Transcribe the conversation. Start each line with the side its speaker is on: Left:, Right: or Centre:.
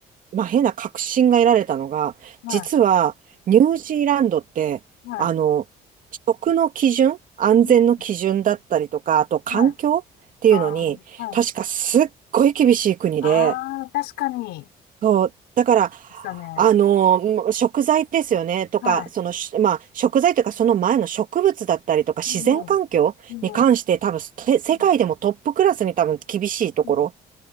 Right: まあ、変な確信が得られたのが、
Left: はい、
Right: 実はニュージーランドって、
Left: はい、
Right: あの、食の基準、安全の基準だったりとか、
Left: うん
Right: あと環境っていうのに、
Left: はい、あー、はい、
Right: 確かすっごい厳しい国で、
Left: ああ確かに、
Right: そう、だから、
Left: でしたね。
Right: あの、もう食材ですよね、とか、
Left: はい、
Right: その、しまあ、食材というか、その前の植物だったりとか、自然環境に関して、
Left: いいね、いいね、
Right: 多分、て世界でもトップクラスに多分厳しいところ。
Left: うん、うん、